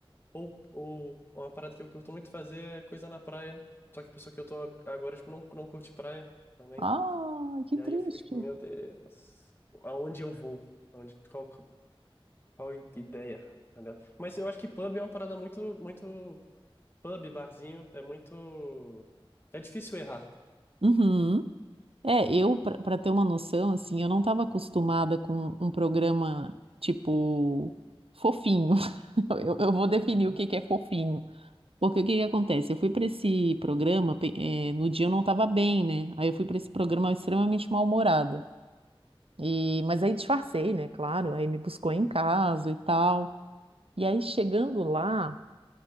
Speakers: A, on the left; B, on the right.
A: Ou, ou uma parada que eu curto muito fazer é coisa na praia. Só que a pessoa que eu tô agora, tipo, não, não curte praia também.
B: Ah, que
A: E
B: triste.
A: aí eu fico, tipo, meu Deus, aonde eu vou? Aonde, qual, qual ideia? Tá ligado? Mas eu acho que pub é uma parada muito, muito... Pub, barzinho, é muito... É difícil errar.
B: Uhum. É, eu, pra pra ter uma noção, assim, eu não estava acostumada com um programa, tipo, fofinho. <laughs> Eu, eu vou definir o que que é fofinho. Porque o que que acontece? Eu fui para esse programa, pe- eh, no dia eu não estava bem, né? Aí eu fui para esse programa extremamente mal-humorada. E, mas aí disfarcei, né? Claro, aí me buscou em casa e tal. E aí chegando lá,